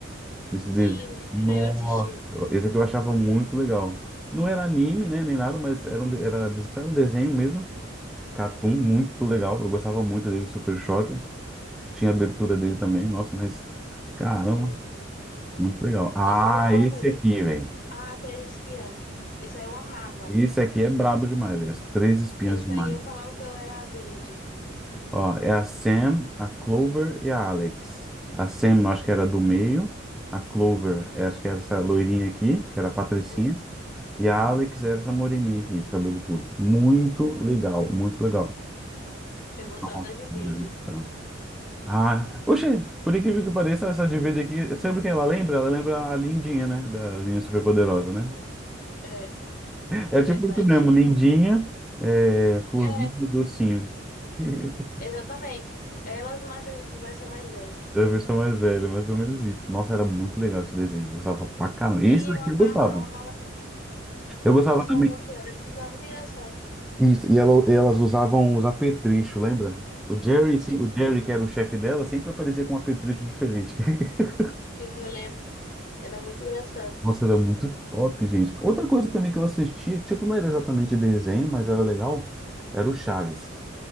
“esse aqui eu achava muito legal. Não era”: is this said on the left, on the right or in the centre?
Centre